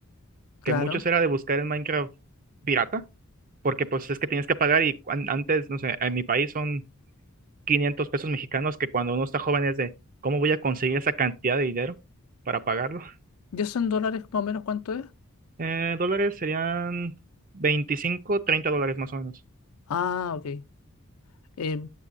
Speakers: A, on the left; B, on the right.
A: Claro.
B: que muchos era de buscar el Minecraft pirata, porque pues es que tienes que pagar y cuan- antes, no sé, en mi país son 500 pesos mexicanos que cuando uno está joven es de, ¿cómo voy a conseguir esa cantidad de dinero para pagarlo?
A: ¿Y eso en dólares más o menos cuánto es?
B: Eh, dólares serían 25 30 dólares más o menos.
A: Ah, ok. Eh,